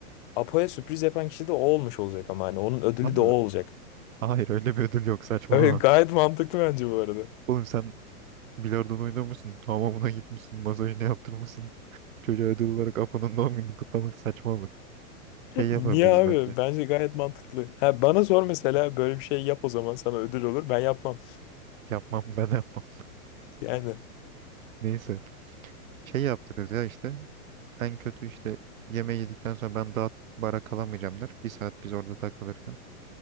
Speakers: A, on the left; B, on the right.
A: Apo'ya sürpriz yapan kişi de o olmuş olacak ama hani onun ödülü
B: Tam
A: de
B: da
A: o olacak.
B: hayır öyle bir ödül yok saçmalama.
A: Öyle gayet mantıklı bence bu arada.
B: Oğlum sen bilardon oynamışsın. Hamamına gitmişsin. Masajını yaptırmışsın. Çocuğa ödül olarak Apo'nun doğum gününü kutlamak saçma olur. Şey yapabiliriz
A: Niye abi?
B: bence.
A: Bence gayet mantıklı. Ha, bana sor mesela böyle bir şey yap o zaman sana ödül olur. Ben yapmam.
B: Yapmam ben yapmam.
A: Yani.
B: Neyse. Şey yaptırırız ya işte. En kötü işte yemeği yedikten sonra ben daha bara kalamayacağım der Bir saat biz orada takılırken.